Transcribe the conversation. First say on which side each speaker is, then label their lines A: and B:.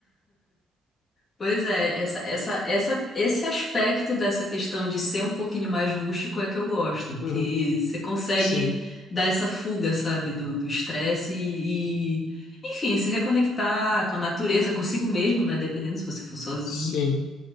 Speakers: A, on the left; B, on the left.
A: Pois é, essa, essa, essa, esse aspecto dessa questão de ser um pouquinho mais rústico é que eu gosto, que
B: Uhum.
A: você consegue
B: Sim,
A: dar essa fuga, sabe, do do estresse e, e, enfim, se reconectar com a natureza, consigo mesmo, né, dependendo se você for sozinho,
B: sim,